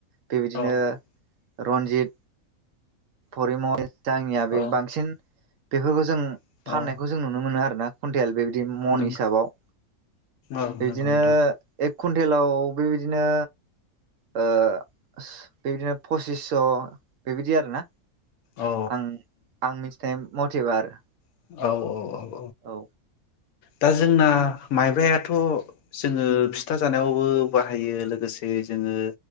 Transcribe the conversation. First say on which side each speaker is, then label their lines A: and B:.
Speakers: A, on the right (about 70°); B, on the left (about 75°).
A: बेबायदिनो
B: औ
A: रन्जित परिमय जानिया
B: औ
A: बांसिन बेफोरखौ जों
B: औ
A: फाननायखौ जों नुनो मोनो आरोना खुन्टेल बे दि मन
B: नंगौ
A: हिसाबाव
B: औ
A: बिदिनो
B: नंगौ नोंथां
A: कुन्टेलाव बेबायदिनो ओ सो बेबायदिनो पसिसस बेबायदि आरोना
B: औ
A: आं आं मिथिनाय मथेबा आरो
B: औ औ औ
A: औ
B: दा जोंना माइब्रायाथ जोंङो फिथा जानायावबो बाहायो लोगोसे जोंङो